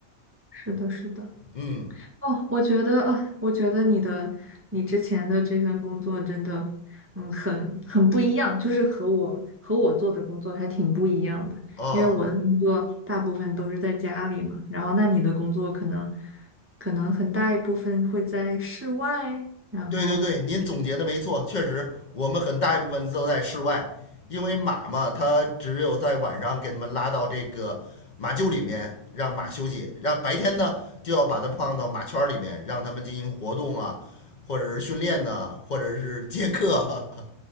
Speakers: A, on the right (about 20°); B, on the left (about 50°).
A: 是的，是的。
B: 嗯，
A: 哦，我觉得啊，我觉得你的你之前的这份工作真的，嗯，很很不一样，就是和我和我做的工作还挺不一样的。
B: 啊，
A: 因为我的工作大部分都是在家里嘛，然后那你的工作可能可能很大一部分会在室外，然后
B: 对对对，您总结的没错，确实，我们很大一部分都在室外，因为马嘛，它只有在晚上给它们拉到这个马厩里面让马休息，然后白天呢就要把它放到马圈儿里面，让它们进行活动啊，或者是训练呐、或者是接客啊。<laughs>